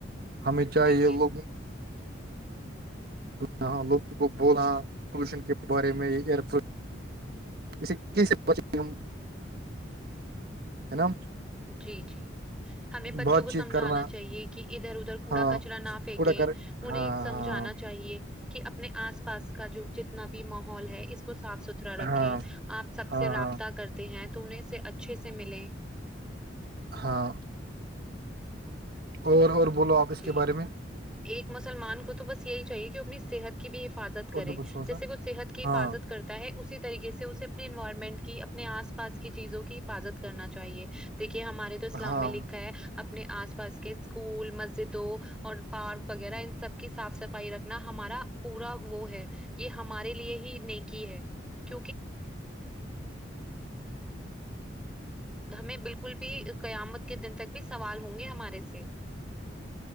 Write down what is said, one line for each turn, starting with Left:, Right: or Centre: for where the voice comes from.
Right: ہمیں چاہیے
Centre: دیکھیے
Right: لوگ نا لوگوں کو بولا پولوشن کے بارے میں ایئر اس یں ہے نا
Centre: جی جی ہمیں بچوں
Right: بات
Centre: کو
Right: چیت
Centre: سمجھانا
Right: کرنا
Centre: چاہیے کہ ادھر ادھر کوڑا
Right: ہاں
Centre: کچرا نہ پھینکیں
Right: کوڑا کر
Centre: انہیں
Right: ہاں
Centre: سمجھانا چاہیے کہ اپنے آس پاس کا جو جتنا بھی ماحول ہے اس کو صاف ستھرا رکھیں
Right: ہاں ہاں
Centre: آپ سب
Right: ہاں
Centre: سے رابطہ کرتے ہیں تو انہیں اس سے اچھے سے ملے
Right: ہاں اور اور بولو آپ اس
Centre: جی۔
Right: کے بارے میں
Centre: ایک مسلمان کو تو بس یہی چاہیے کہ وہ اپنی صحت کی بھی حفاظت کرے
Right: اردو بچوسا
Centre: جیسے وہ صحت کی
Right: ہاں
Centre: حفاظت کرتے ہے اسی طریقے سے اسے اپنے انوائرمنٹ کی اپنے آس پاس کی چیزوں کی حفاظت کرنا چاہیے دیکھیے ہمارے تو اسلام
Right: ہاں
Centre: میں لکھا ہے اپنے آس پاس کے اسکول م دو اور پارک وغیرہ ان سب کی صاف صفائی رکھنا ہمارا پورا وہ ہے یہ ہمارے لیے ہی نیکی ہے <unintelligible> ہمیں بالکل بھی قیامت کے دن تک بھی سوال ہوں گے ہمارے سے